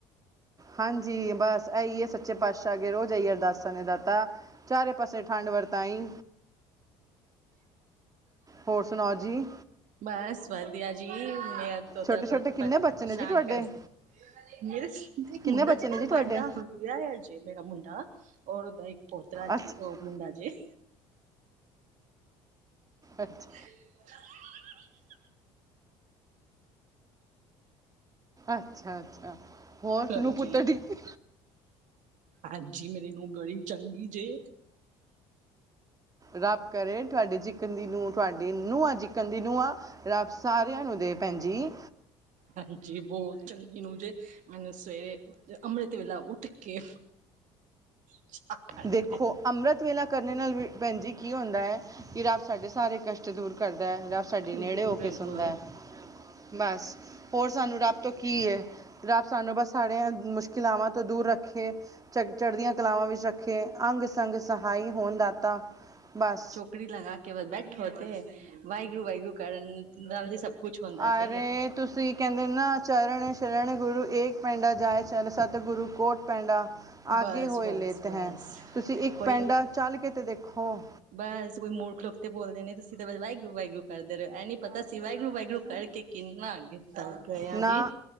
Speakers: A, on the right; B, on the right.
A: ਹਾਂਜੀ ਬਸ ਇਹੀਏ ਸੱਚੇ ਪਾਤਸ਼ਾਹ ਅੱਗੇ ਰੋਜ਼ ਏਹਿਆ ਅਰਦਾਸਾਂ ਨੇ ਦਾਤਾ ਚਾਰੇ ਪਾਸੇ ਠੰਡ ਵਰਤਾਾਈ ਹੋਰ ਸੁਣਾਓ ਜੀ।
B: ਬਸ ਵਧੀਆ ਜੀ ਵਦੀਆ ਦੋਤਰਾ
A: ਛੋਟੇ ਛੋਟੇ
B: ਪਰਤ
A: ਕਿੰਨੇ
B: ਪਰ
A: ਬੱਚੇ ਨੇ
B: ਸ਼ਾਨ
A: ਜੀ ਤੁਹਾਡੇ
B: ਕਰ ਮੇਰੇ ਇੱਕ
A: ਕਿੰਨੇ
B: ਮੁੰਡਾ
A: ਬੱਚੇ
B: ਜੈ ਨਾ
A: ਨੇ ਜੀ ਤੁਹਾਡੇ
B: ਤੁਹਾਡਾ ਵਿਆਹ ਆ ਜੇ ਮੇਰਾ ਮੁੰਡਾ ਔਰ ਉਹਦਾ ਇੱਕ ਪੋਤ
A: ਅੱਛਾ
B: ਜੀ ਉਹ ਮੁੰਡਾ ਜੇ
A: ਅੱਛਾ
B: <unintelligible>
A: ਅੱਛਾ ਅੱਛਾ ਹੋਰ
B: ਹਾਂਜੀ
A: ਨੂੰ ਪੁੱਤਰ ਠੀਕ ਨੇ
B: ਹਾਂਜੀ ਮੇਰੇ ਨੂੰ ਬੜੀ ਚੰਗੀ ਜੇ
A: ਰੱਬ ਕਰੇ ਤੁਹਾਡੇ ਚਿਕਨ ਦੀ ਨੂੰਹ ਤੁਹਾਡੇ ਨਹਾਂ ਚਿਕਨ ਦੀ ਨ ਨੂੰਹਾਂ ਰੱਬ ਸਾਰਿਆਂ ਨੂੰ ਦੇ ਭੈਣ ਜੀ
B: ਹਾਂਜੀ ਬਹੁਤ ਚੰਗੀ ਨੂੰ ਜੇ ਮੈਨੂੰ ਸਵੇਰੇ ਅੰਮ੍ਰਿਤ ਵੇਲਾ ਉੱਠ ਕੇ ਚਾਹ ਪਾਣੀ
A: ਦੇਖੋ
B: ਦੇ
A: ਅੰਮ੍ਰਿਤ ਵੇਲਾ ਕਰਨ ਨਾਲ ਵੀ ਭੈਣ ਜੀ ਕੀ ਹੁੰਦਾ ਹੈ ਕਿ ਰੱਬ ਸਾਡੇ ਸਾਰੇ ਕਸ਼ਟ ਦੂਰ ਕਰਦਾ ਹੈ ਰੱਬ ਸਾਡੇ
B: ਬਿਲਕੁਲ
A: ਨੇੜੇ ਹੋ
B: ਬਿਲਕੁਲ
A: ਕੇ ਸੁਣਦਾ ਹੈ ਬਸ ਹੋਰ ਸਾਨੂੰ ਰੱਬ ਤੋਂ ਕੀ ਹੈ ਰੱਬ ਸਾਨੂੰ ਬਸ ਸਾਰਿਆਂ ਮੁਸ਼ਕਿਲ ਕਲਾਵਾਂ ਤੋਂ ਦੂਰ ਰੱਖੇ ਚੜ੍ਹ ਚੜ੍ਹਦੀਆਂ ਕਲਾਵਾਂ ਵਿੱਚ ਰੱਖੇ। ਅੰਗ ਸੰੰਗ ਸਹਾਈ ਹੋਣ ਦਾਤਾ ਬਸ।
B: ਪ੍ਰੀਤ ਲਗਾ ਕੇ ਬਸ ਬੈਠੇ ਹੋਤੇ ਵਾਹਿਗੁਰੂ ਵਾਹਿਗੁਰੂ ਕਰਨ ਨਾਲ ਨੂੰ ਸਭ ਕੁਛ ਹੁੰਦਾ
A: ਅਰੇ
B: ਜੇ
A: ਤੁਸੀਂ ਕਹਿੰਦੇ ਨਾ। ਚਰਨ ਸ਼ਰਨ ਗੁਰੂ ਏਕ ਪੈਂਡਾ ਜਾਏ ਚਰਨ ਸਤਿਗੁਰੂ ਕੋਟ ਪੈਂਡਾ। ਆਗੇ
B: ਬਸ
A: ਹੋਏ
B: ਬਸ
A: ਲੇਤ
B: ਬਸ
A: ਹੈ, ਤੁਸੀਂ ਇੱਕ
B: ਕੋਈ
A: ਪੈਂਡਾ ਚੱਲਕੇ ਤੇ ਦੇਖੋ।
B: ਬਸ ਕੋਈ ਮੂਰਖ ਲੋਕ ਤੇ ਬੋਲਦੇ ਨੇ ਤੁਸੀਂ ਤਾਂ ਵਾਹਿਗੁਰੂ-ਵਾਹਿਗੁਰੂ ਕਰਦੇ ਰਹੇ ਹੋ, ਐ ਨੀ ਪਤਾ ਅਸੀ ਵਾਹਿਗੁਰੂ- ਵਾਹਿਗੁਰੂ ਕਰਕੇ ਕਿੰਨਾ, ਕਿੱਤਾ ਗਇਆ
A: ਨਾ
B: ਜੀ।